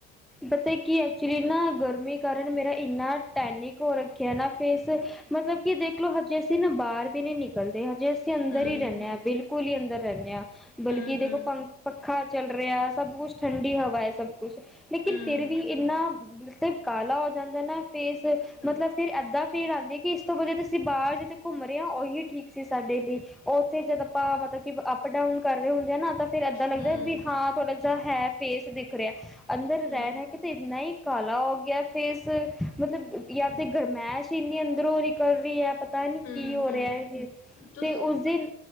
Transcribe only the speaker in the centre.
ਪਤਾ ਕਿ ਐਕਚਲ਼ੀ ਨਾ ਗਰਮੀ ਕਾਰਨ ਮੇਰਾ ਇੰਨਾ ਟੈਨਿਕ ਹੋ ਰੱਖਿਆ ਨਾ ਫੇਸ ਮਤਲਬ ਕਿ ਦੇਖਲੋ, ਹਜੇ ਅਸੀਂ ਨਾ ਬਾਹਰ ਵੀ ਨੀ ਨਿਕਲਦੇ, ਹਜੇ ਅਸੀਂ ਅਸੀਂ ਅੰਦਰ
ਹੀ ਰਹਿੰਦੇ ਆ, ਬਿਲਕੁਲ ਹੀ ਅੰਦਰ ਰਹਿੰਦੇ ਆ, ਬਲਕਿ
ਦੇਖੋ
ਪੰ ਪੱਖਾ ਚੱਲ ਰਿਹਾ ਸਭ ਕੁਝ ਠੰਡੀ ਹਵਾ ਐ ਸਭ ਕੁਝ, ਲੇਕਿਨ
ਫਿਰ ਵੀ ਇੰਨਾ ਮਤਲਬ ਕਾਲਾ ਹੋ ਜਾਂਦਾ ਨਾ ਫੇਸ ਅ
ਮਤਲਬ ਫਿਰ ਇੱਦਾਂ ਫੀਲ ਆਦੀ ਐ, ਕਿ ਇਸ ਤੋਂ ਵਧੀਆ ਅਸੀਂ ਬਾਹਰ ਜਿੱਦਤੇ ਘੁੰਮ ਰਹੇ ਆ, ਉਹੀ ਠੀਕ ਸੀ ਸਾਡੇ ਲਈ। ਉੱਥੇ ਜਦ ਆਪਾਂ ਮਤਲਬ ਕਿ ਅੱਪ ਡਾਊਨ ਕਰਦੇ ਹੁੰਦੇ ਆ ਨਾ ਤਾਂ ਫਿਰ ਇੱਦਾਂ
ਲੱਗਦਾ ਵੀ ਹਾਂ ਥੋੜਾ ਜਿਹਾ ਹੈ, ਫੇਸ ਦਿਖ ਰਿਹਾ ਆ, ਅੰਦਰ
ਰਹਿ- ਰਹਿ ਕੇ ਤੇ ਇੰਨਾ ਹੀ ਕਾਲਾ ਹੋ ਗਿਆ ਫੇਸ, ਮਤਲਬ ਯਾ
ਤੇ ਗਰਮੈਸ਼ ਇੰਨੀ ਅੰਦਰੋਂ ਨਿਕਲ ਰਹੀ ਐ। ਪਤਾ ਨੀ
ਕੀ ਹੋ
ਰਿਹਾ ਇਹ ਹੈ,
ਤੇ ਉਸਦੇ ਦਿਨ